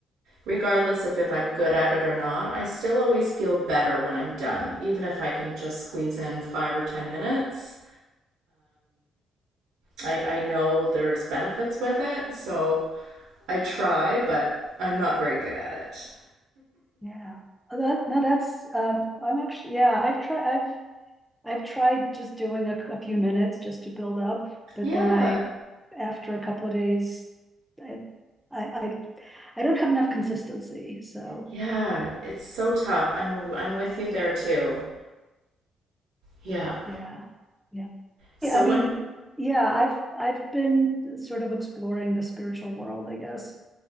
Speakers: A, on the right (about 80°); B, in the centre.
A: regardless if, if I'm good at it or not, I still always feel better when I'm done, even if I can just squeeze in five or ten minutes. I, I know there's benefits with it, so I try, but I'm not very good at it.
B: yeah. Oh, That, no, that's um I'm actually yeah. I've tried. I've I've tried just doing a, a few minutes just to build up, but
A: Yeah.
B: then I, after a couple of days, I, I, I, I don't have enough consistency. So
A: Yeah, it's so tough. I'm I'm with you there too. Yeah.
B: yeah, yeah.
A: So
B: Yeah, I
A: what
B: mean, yeah, I've I've been sort of exploring the spiritual world, I guess,